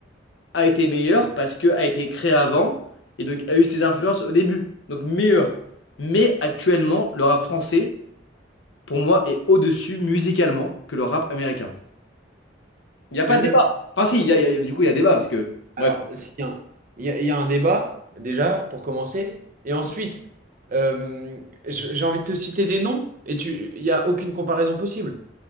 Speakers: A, on the left; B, on the right.
A: a été meilleur parce que a été créé avant et donc a eu ses influences au début. Donc meilleur. Mais actuellement, le rap français, pour moi, est au-dessus musicalement que le rap américain. Il n'y a pas
B: mais, même.
A: de débat. Enfin si, il y a- il y a- du coup, il y a débat parce que... Bref,
B: Alors, s'il y a un- il y a, il y a un débat, déjà, pour commencer. Et ensuite, euh, je- j'ai envie de te citer des noms et tu, il n'y a aucune comparaison possible.